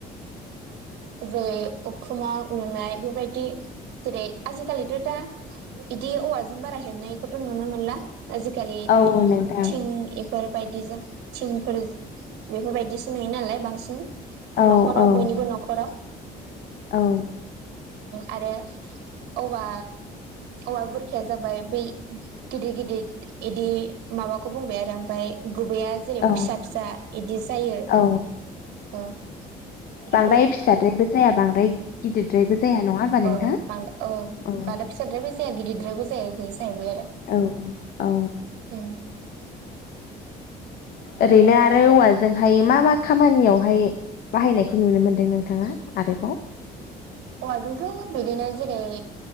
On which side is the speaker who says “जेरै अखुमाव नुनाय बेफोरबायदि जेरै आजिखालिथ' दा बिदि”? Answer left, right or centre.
Right